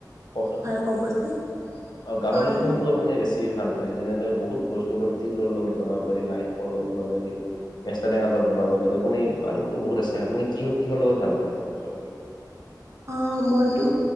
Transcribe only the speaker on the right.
হয় ক'বচোন
হয় হয়
অ মইতো